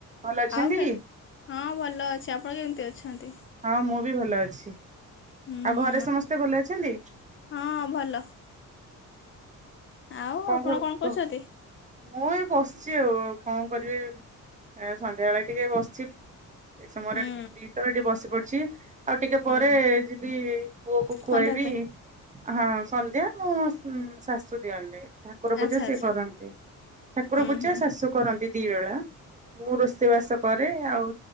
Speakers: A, on the right; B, on the left.
A: ଭଲ ଅଛନ୍ତି?
B: ଆଉ କେ ହଁ ଭଲ ଅଛି ଆପଣ କେମିତି ଅଛନ୍ତି।
A: ହଁ ମୁଁ ବି ଭଲ ଅଛି
B: ହୁଁ
A: ଆଉ
B: ହୁଁ
A: ଘରେ ସମସ୍ତେ ଭଲ ଅଛନ୍ତି?
B: ହଁ ଭଲ। ଆଉ
A: କହ
B: ଆପଣ କଣ
A: କ
B: କରୁଛନ୍ତି?
A: ମୁଁ ଏ ବସିଛି ଆଉ କଣ କରିବି ସନ୍ଧ୍ୟାବେଳେ ଟିକେ ବସିଛି। ଏଇ ସମୟରେ
B: ହୁଁ
A: ଟିକେ ଫ୍ରି ତ ଏଠିକି ବସି ପଡୁଛି। ଆଉ ଟିକେ ପରେ
B: ହୁଁ
A: ଯିବି ପୁଅକୁ ଖୁଆଇବି।
B: ସନ୍ଧ୍ୟା ଦେ
A: ହଁ ସନ୍ଧ୍ୟା ମୁଁ ଶାଶୁ ଦିଅନ୍ତି। ଠାକୁର ପୂଜା
B: ଆଚ୍ଛା
A: ସିଏ
B: ଆଚ୍ଛା
A: କରନ୍ତି ଠାକୁର
B: ହୁଁ
A: ପୂଜା
B: ହୁଁ
A: ଶାଶୁ କରନ୍ତି। ଦି ବେଳା ମୁଁ ରୋଷେଇ ବାସ କରେ ଆଉ